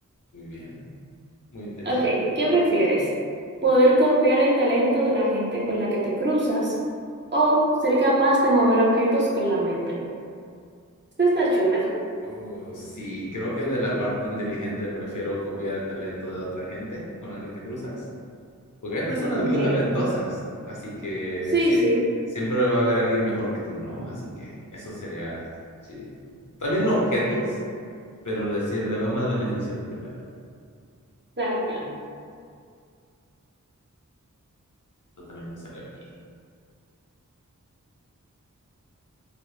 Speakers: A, on the left (about 70°); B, on the right (about 35°).
A: Muy bien, muy inteligente.
B: Ok, ¿qué prefieres? ¿Poder copiar el talento de la gente con la que te cruzas o ser capaz de mover objetos con la mente? Esta está chula.
A: Uh, sí, creo que de la parte inteligente prefiero copiar el talento de otra gente con la que te cruzas. Porque hay personas
B: Ok,
A: muy talentosas, así que
B: sí,
A: sí,
B: sí,
A: siempre va a haber alguien mejor que tú, ¿no? Así que eso sería chidito. También los objetos, pero le, sí- le veo más beneficio al primero.
B: claro, claro.
A: Esto también me salió aquí.